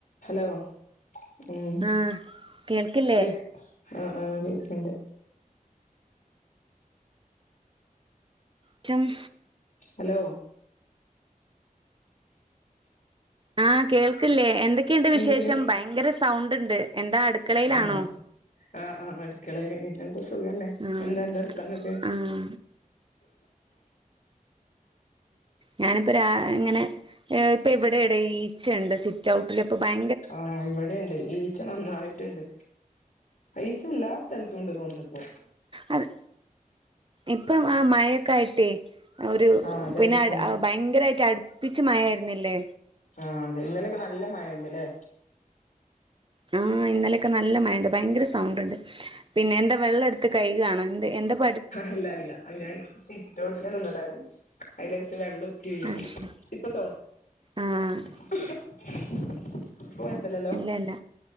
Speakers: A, on the left; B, on the right.
A: Hello ഉം
B: ആഹ് കേൾക്കില്ലേ
A: കേ അഹ് ആഹ് കേക്ക്ണ്ട്.
B: റ്റും
A: ഹലോ
B: ആഹ് കേൾക്ക്ല്ലേ എന്തൊക്കെയ്ണ്ട് വിശേഷം.
A: ഇണ്ട്ണ്ട്
B: ഭയങ്കര സൗണ്ട്ണ്ട്. എന്താ അടുക്കളയ്ലാണോ?
A: ആഹ് ആഹ് ആഹ് അട്ക്കളേലെന്നെ. എന്താ സുഖല്ലെ.
B: ആഹ്
A: എന്ത അന്റെ വർത്താനൊക്കെ
B: ആഹ് ഞാനിപ്പരാ ഇങ്ങനെ ഇപ്പ ഇവ്ടെ എടെ ഈച്ചണ്ട് സി റ്റൗട്ട്ല് പ്പൊ ബയ
A: ആഹ്. ഇവടിണ്ട് ഈച്ച നന്നായിട്ട്ണ്ട്. ഈച്ചല്ലാ സ്ഥൽത്തുണ്ട്‌ തോന്ന്ണ്പ്പോ
B: അതെ, ഇപ്പം ആ മഴയൊക്കെ ആയ്ട്ടെ. ഒരു,
A: ആഹ് അതായിരിക്കും
B: പിന്നഅട്, ഭയങ്കരായിട്ട് അട്പ്പിച്ച് മയര്ന്നില്ലേ?
A: ആഹ് അതെ ഇന്നലൊക്കെ നല്ല മഴയ്ണ്ട്ലേ
B: ആഹ് ഇന്നലെക്കെ നല്ല മയണ്ട്, ഭയങ്കര സൗണ്ട്ണ്ട്, പിന്നെ എന്താ വെള്ളട്ത്ത് കയ്കാണോ എന്ത എന്തപ്
A: അല്ല അല്ല ഞാൻ സിറ്റ്ഔട്ടിൽ നിന്നതായ്രുന്നു. അയ്ന്റെ അടുത്ത് വെള്ളം ഉറ്റി വീഴുന്നുണ്ട്
B: അയ്ശെരി
A: ഇപ്പൊ സൗണ്ട്
B: ആഹ്
A: <inaudible> പ്പ കൊയപ്പല്ലൽ
B: ഇല്ല ഇല്ല.